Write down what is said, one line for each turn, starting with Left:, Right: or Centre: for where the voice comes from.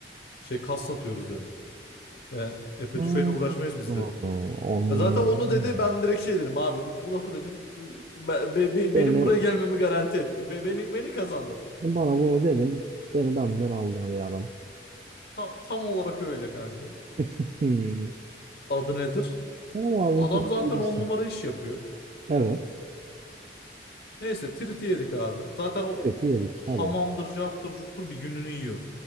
Left: Şey kas satıyoruz dedi. Yani Efe
Right: Hmm,
Left: tüfeğiyle uğraşmayız biz
Right: hmm,
Left: dedi.
Right: anlıyorum.
Left: Ya Zaten onu dedi ben direkt şey dedim abi bu, bu lafı dedin Be- be- be-
Right: Beni,
Left: benim buraya gelmemi garanti ettin. Be- beni beni kazandın.
Right: bana bunu dedin. Beni benden aldın bir adam.
Left: Ta- tam olarak öyle kanka.
Right: Hmm.
Left: Adı nedir?
Right: Sen ama ağzını
Left: Adam
Right: tadını
Left: zaten
Right: bilirsin.
Left: on numara iş yapıyor.
Right: Evet.
Left: Neyse triti yedik abi. Zaten o
Right: Tireti yedik.
Left: hamamdır,
Right: Hadi bakalım.
Left: carttır, curttur bir gününü yiyor.